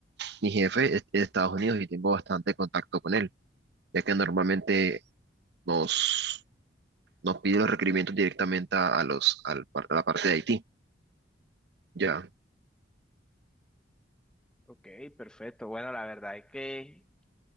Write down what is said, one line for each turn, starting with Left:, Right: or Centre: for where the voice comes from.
Right: mi jefe es de Estados Unidos y tengo bastante contacto con él, ya que normalmente nos nos pide los requerimientos directamente a, a los, al par- a la parte de Haití. Ya,
Centre: Ok, perfecto. Bueno, la verdad es que